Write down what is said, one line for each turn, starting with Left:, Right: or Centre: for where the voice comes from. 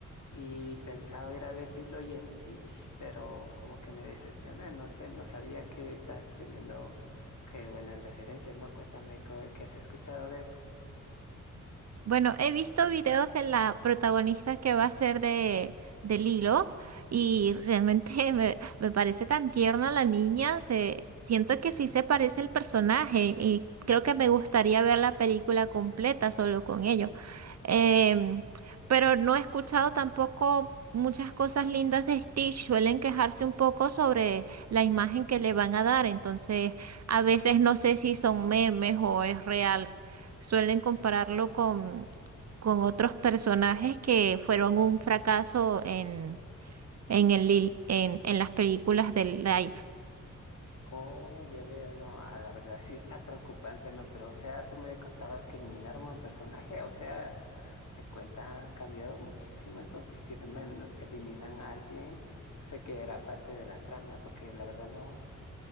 Left: Y pensaba ir a ver Lilo y Stitch, pero como que me decepcioné, no sé, no sabía que estás teniendo que buenas referencias, ¿no? Cuéntame co- qué has escuchado de esto.
Right: Bueno, he visto videos de la protagonista que va a ser de, de Lilo y realmente <laughs> me, me parece tan tierna la niña, se, siento que sí se parece el personaje y creo que me gustaría ver la película completa solo con ello. Em, pero no he escuchado tampoco muchas cosas lindas de Stitch, suelen quejarse un poco sobre la imagen que le van a dar, entonces a veces no sé si son memes o es real. Suelen compararlo con, con otros personajes que fueron un fracaso en, en, el, li- en, en las películas del live.
Left: Oh, ya veo, no, ah, la verdad sí está preocupante, ¿no? Pero, o sea, tú me contabas que eliminaron un personaje, o sea, te cuenta, han cambiado muchísimo, entonces si elimin- eliminan a alguien, no sé qué era parte de la trama, porque la verdad no,